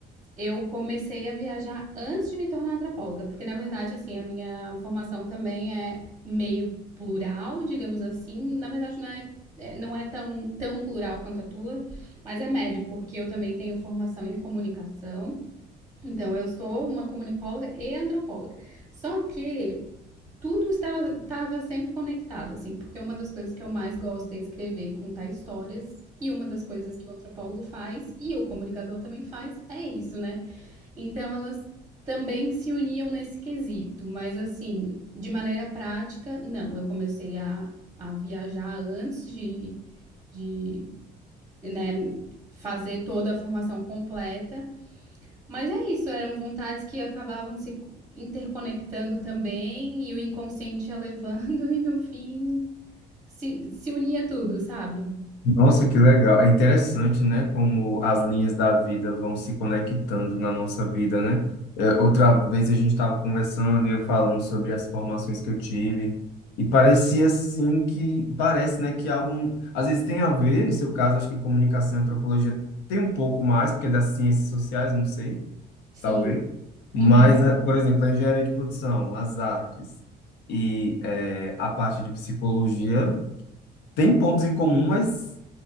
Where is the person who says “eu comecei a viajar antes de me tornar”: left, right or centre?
Right